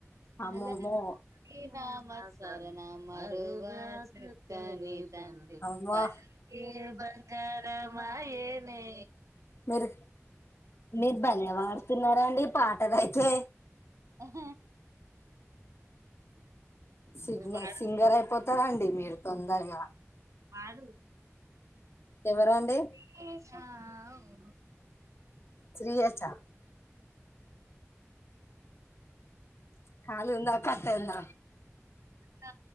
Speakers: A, on the right; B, on the left.
A: కలలో
B: అమ్మమ్మో
A: నీ నామ నీ నామస్మరణ మరువ చక్కని తండ్రిపలుకే
B: అమ్మా
A: బంగారమాయెనే
B: మీరు మీరు భలే పాడుతున్నారండి పాటలయితే
A: ఓహ
B: సిగ్న
A: నువ్వు పాడు
B: సింగర్ అయిపోతారండి మీరు తొందరగా
A: పాడు
B: ఎవరండి
A: తినేషవో
B: త్రీ ఇయర్సా కాల్ ఉందా కట్టైంద
A: త